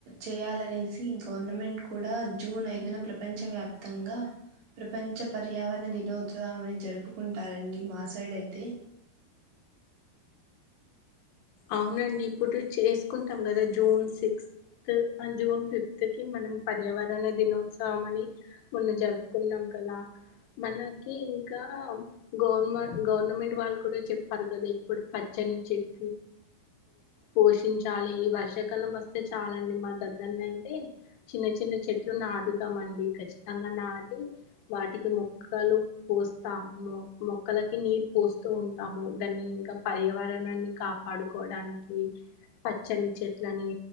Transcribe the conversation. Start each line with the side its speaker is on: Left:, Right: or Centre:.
Right: చేయాలనేసి గవర్నమెంట్ కూడా జూన్ ఐదున ప్రపంచవ్యాప్తగా ప్రపంచ పర్యావరణ దినోత్సవం అని జరుపుకుంటారండి మా సైడు అయితే
Left: అవునండి ఇప్పుడు చేసుకుంటాం కదా జూన్ సిక్స్త్ జూన్ ఫిఫ్త్ కి మనం పర్యావరణ దినోత్సవం మని మొన్న జరుపుకున్నాం కలా మనకి ఇంకా గవర్నమెం గవర్నమెంట్ వాళ్ళు కూడా చెప్పారు కదా ఇప్పుడు పచ్చ పెంచాట్ పోషించాలి ఈ వర్షాకాలం వస్తే చాలండి మా దగ్గరనైతే చిన్న చిన్న చెట్లు నాడుతామండి ఖచ్చితంగా నాటి వాటికి మొక్కలు పోస్తాం మొ మొక్కలకి నీరు పోస్తూ ఉంటాము దాన్ని ఇంకా పర్యావరణాన్ని కాపాడుకోడానికి పచ్చని చెట్లని